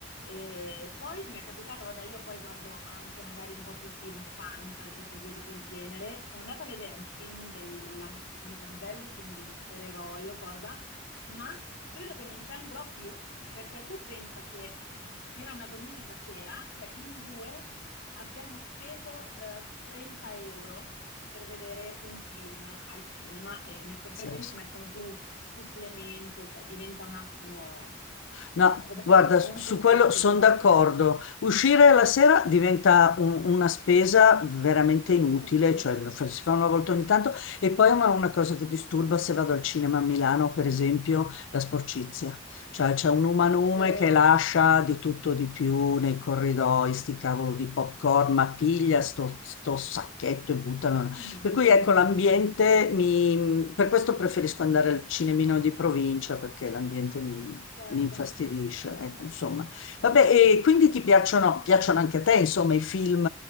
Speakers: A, on the left (about 70°); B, on the left (about 80°).
A: E poi mi è capitato, vabbè, io poi guardo anche magari un po' più film fantasy, così di quel genere. Sono andata a vedere un film della Mar- Marvel, quindi supereroi o cosa, ma credo che non ci andrò più perché tu pensa che era una domenica sera, cioè in due abbiamo speso eh, 30 euro per vedere un film al cinema e mi è sempre
B: pazzesco.
A: che lì ci mettono pure il supplemento, cioè diventa un attimo... È,
B: No,
A: è- è-
B: guarda,
A: è
B: su
A: un peccato,
B: quello sono
A: però...
B: d'accordo.
A: Eh,
B: Uscire la sera diventa un- una spesa veramente inutile,
A: eh sì,
B: cioè lo fa- si fa una volta ogni tanto. E poi ma una cosa che disturba se vado al cinema a Milano, per esempio, la sporcizia. Cioè c'è un umanume
A: è vero,
B: che lascia di tutto di più nei corridoi, sti cavolo di popcorn, ma piglia sto, sto sacchetto e buttano.
A: è
B: Per
A: vero,
B: cui ecco, l'ambiente
A: <laughs>
B: mi... Per questo preferisco andare al cinemino di provincia, perché l'ambiente mi
A: certo,
B: mi infastidisce, ecco, insomma. Vabbè, e quindi ti piacciono, piacciono anche a te, insomma, i film,